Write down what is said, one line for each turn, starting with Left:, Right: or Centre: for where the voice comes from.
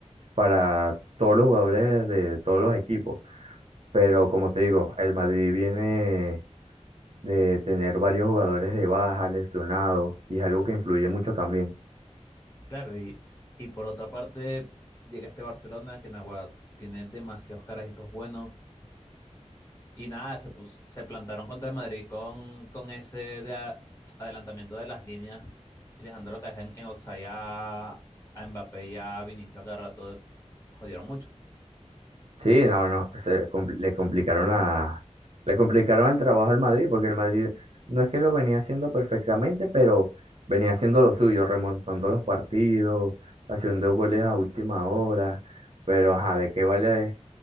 Right: para todos los jugadores de todos los equipos. Pero como te digo, el Madrid viene de tener varios jugadores de baja, lesionados, y es algo que influye mucho también.
Left: Claro, y, y por otra parte llega este Barcelona que Nagua tiene demasiados carajitos buenos y nada, se, pus- se plantaron contra el Madrid con, con ese de a- adelantamiento de las líneas y dejándolo caer en, en Oxai a, a Mbappé y a Vinicius a cada rato, jodieron mucho.
Right: Sí,
Left: Y a-
Right: no, no, se compl- le complicaron la, le complicaron el trabajo al Madrid, porque el Madrid no es que lo venía haciendo perfectamente, pero venía haciendo lo suyo, remontando los partidos, haciendo goles a última hora, pero ajá, ¿de qué vale,